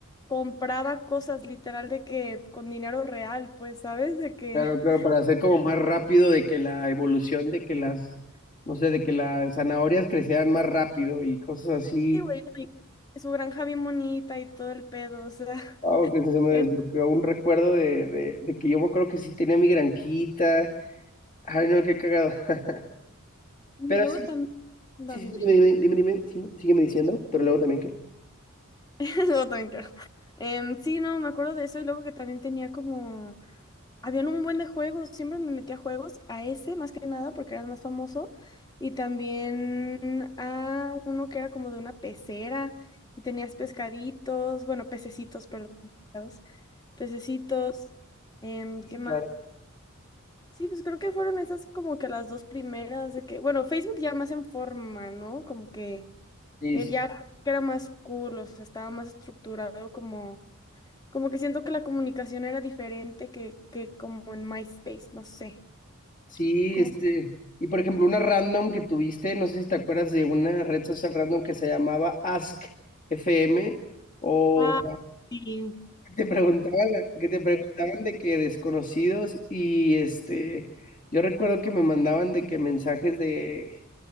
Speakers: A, on the left (about 20°); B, on the left (about 40°).
A: compraba cosas literal de que con dinero real, pues, ¿sabes? De que,
B: claro, claro,
A: <laughs>
B: para hacer como más rápido de que la evolución de que las, no sé, de que las zanahorias crecieran más rápido y cosas así
A: sí, güey, güey, su granja bien bonita y todo el pedo, o sea.
B: Wow, que se
A: <laughs>
B: me
A: era-
B: desbloqueó un recuerdo de, de, de que yo me acuerdo que sí tenía mi granquita. Ay, no, qué cagado. <laughs>
A: Y
B: Pero
A: luego
B: sí,
A: también, no,
B: sí,
A: dime.
B: sí, dime, dime, dime, dime, sí, sígueme diciendo, pero luego también que.
A: <laughs> Luego también quiero. Em, sí, no, me acuerdo de eso y luego que también tenía como Habían un buen de juegos, siempre me metía a juegos, a ese más que nada porque era el más famoso, y también a uno que era como de una pecera y tenías pescaditos, bueno, pececitos, perdón, ¿sabes? Pececitos, em, ¿qué más?
B: Claro.
A: Sí, pues creo que fueron esas como que las dos primeras de que, bueno, Facebook ya más en forma, ¿no? Como que
B: Sí,
A: eh,
B: sí,
A: ya era más cool, o sea, estaba más estructurado como, como que siento que la comunicación era diferente que, que como en MySpace, no sé.
B: sí,
A: Como,
B: este. Y por ejemplo, una random que tuviste, no sé si te acuerdas de una red social random que se llamaba Ask FM, o
A: Ah, sí.
B: que te preguntaban, que te preguntaban de que desconocidos y este. Yo recuerdo que me mandaban de que mensajes de